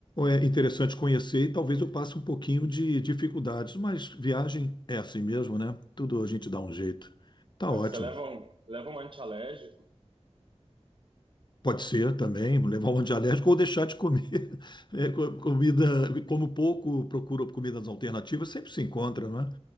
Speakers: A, on the left; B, on the right.
A: é, interessante conhecer e talvez eu passe um pouquinho de dificuldades, mas viagem é assim mesmo, né? Tudo a gente dá um jeito. Tá
B: É,
A: ótimo.
B: você leva um, leva um antialérgico.
A: Pode ser também, levar um antialérgico ou deixar de comer <laughs> é, co- comida, como pouco procura comidas alternativas, sempre se encontra, não é?